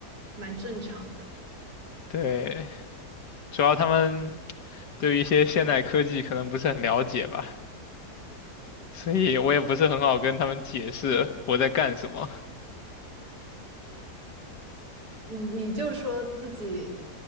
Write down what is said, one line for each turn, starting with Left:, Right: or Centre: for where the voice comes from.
Right: 蛮正常的。
Left: 对，主要他们对于一些现代科技可能不是很了解吧。所以我也不是很好跟他们解释我在干什么。
Right: 嗯，你就说自己